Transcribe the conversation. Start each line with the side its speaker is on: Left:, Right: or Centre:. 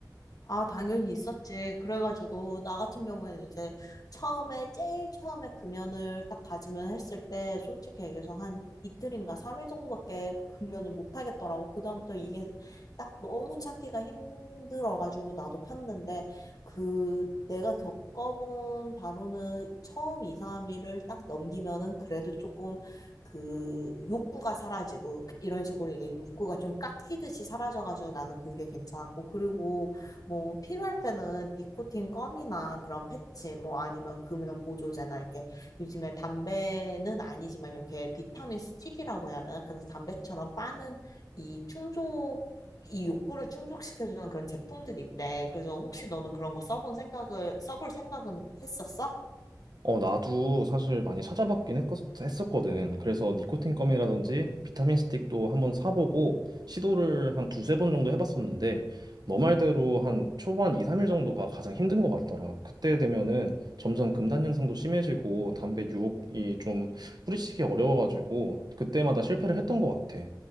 Left: 아, 당연히 있었지. 그래가지고, 나 같은 경우에는 이제 처음에, 제일 처음에 금연을 딱 다짐을 했을 때, 솔직히 얘기해서 한 이틀인가 삼일 정도밖에 금연을 못 하겠더라고. 그다음부터 이게 딱 너무 참기가 힘들어가지고, 나도 폈는데, 그, 내가 겪어본 바로는 처음 이삼일을딱 넘기면은 그래도 조금 그 욕구가 사라지고, 이런 식으로 이게 욕구가 좀 깎이듯이 사라져가지고 나는 그게 괜찮았고, 그리고 뭐 필요할 때는 니코틴 껌이나 그런 패치 뭐 아니면 금연 보조제나 이렇게 요즘에 담배는 아니지만 이렇게 비타민 스틱이라고 해야 되나? 그래서 담배처럼 빠는 이 충족 이 욕구를 충족시켜주는 그런 제품들이 있대. 그래서 혹시 너는 그런 거 써본 생각을 써볼 생각은 했었어?
Right: 어, 나도 사실 많이 찾아봤긴 했었, 했었거든. 그래서 니코틴 껌이라든지 비타민 스틱도 한번 사보고 시도를 한 두세 번 정도 해봤었는데 너 말대로 한 초반 2, 3일 정도가 가장 힘든 것 같더라. 그때 되면은 점점 금단 현상도 심해지고 담배 유혹이 좀 뿌리치기 어려워가지고 그때마다 실패를 했던 것 같아.